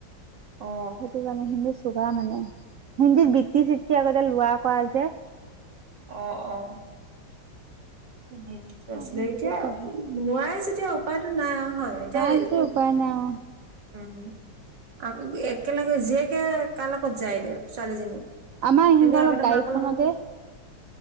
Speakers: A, on the right (about 65°); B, on the right (about 85°).
A: অ
B: সেইটো কাণে হিন্দে মানে হিন্দীত বিত্তি চিত্তি আগতে লোৱা কৰা যে
A: আহ আহ হেকিটো আছিলে
B: হিন্দীটো
A: এতিয়া
B: পঢ়ে
A: নোৱাইছো এতিয়া উপায়টো নাই আৰু হয়
B: নোৱাৰে
A: এতিয়া
B: যদি উপায় নাই অ
A: উম আকৌ একেলগে জীয়েকে কাৰ লগত যায় দে ছোৱালীজনী
B: আমাৰ সি
A: এনে আগতে
B: অলপ গাড়ীখনতে
A: মাকৰ লগত